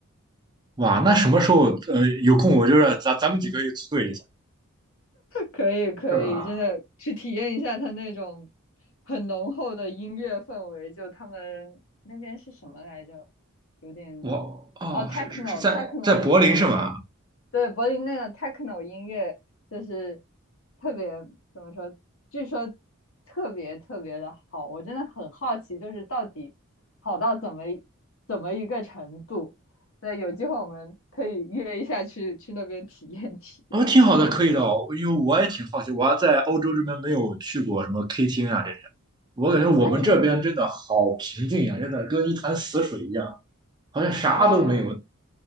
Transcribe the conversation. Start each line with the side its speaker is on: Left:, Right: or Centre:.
Right: 哇，那什么时候呃有空，我觉得咱咱们几个也组队一下，
Left: 可以可以，
Right: 是吧？
Left: 真的去体验一下它那种很浓厚的音乐氛围。就他们那边是什么来着？有点
Right: 我哦，
Left: 哦，techno
Right: 是是是在在柏林是吗？
Left: techno 音乐，对，柏林那个 techno 音乐就是特别怎么说？据说特别特别的好，我真的很好奇，就是到底好到怎么怎么一个程度？对，有机会我们可以约一下去去那边体验体验
Right: 哦，挺好的，可以的哦，因为我也挺好奇，我还在欧洲这边没有去过什么 K 厅啊这些，我感觉我们这边真的好平静呀、
Left: 啊你！
Right: 真的跟一潭死水一样，好像啥都没有。
Left: 哦，这个